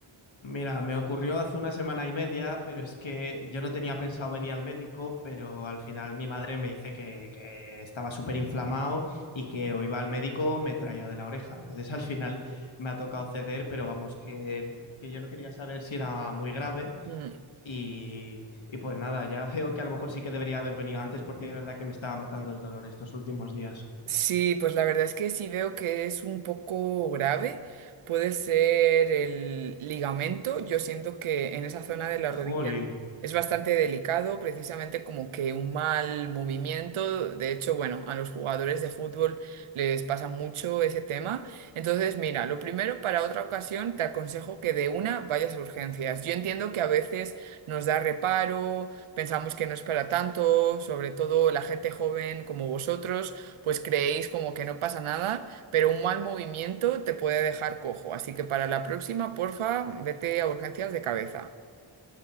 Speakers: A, on the left (about 70°); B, on the right (about 85°).
A: Mira, me ocurrió hace una semana y media, pero es que yo no tenía pensado venir al médico, pero al final mi madre me dice que, que estaba súper inflamado y que o iba al médico me traía de la oreja. Entonces al final me ha tocado ceder, pero vamos, que, que yo no quería saber si era muy grave
B: Mm,
A: Y, y pues nada, ya <laughs> veo que a lo mejor sí que debería haber venido antes porque de verdad que me estaba matando el dolor estos últimos días.
B: Sí, pues la verdad es que sí veo que es un poco grave. Puede ser el ligamento. Yo siento que en esa zona de la rodilla.
A: Jolín,
B: Es bastante delicado, precisamente como que un mal movimiento. De hecho, bueno, a los jugadores de fútbol les pasa mucho ese tema. Entonces, mira, lo primero para otra ocasión te aconsejo que de una vayas a urgencias. Yo entiendo que a veces nos da reparo, pensamos que no es para tanto, sobre todo la gente joven como vosotros, pues creéis como que no pasa nada, pero un mal movimiento te puede dejar cojo. Así que para la próxima, porfa, vete a urgencias de cabeza.